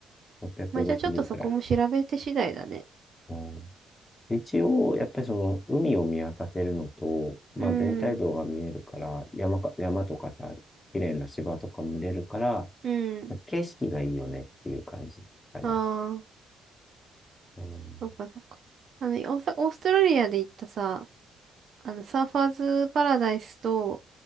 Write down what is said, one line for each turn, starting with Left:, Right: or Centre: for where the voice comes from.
Left: 660くろくじゅうくらい。
Right: まあ、じゃあちょっとそこも調べて次第だね。
Left: うん。一応、やっぱりその、海を見渡せるのと、まあ全体像が見えるから、
Right: うん。
Left: 山か、山とかさ、綺麗な芝とかも見れるから、
Right: うん。
Left: 景色がいいよねっていう感じだね。
Right: ああ、
Left: うん。
Right: そっかそっか。あの、オーサオーストラリアで行ったさ、あの、サーファーズパラダイスと、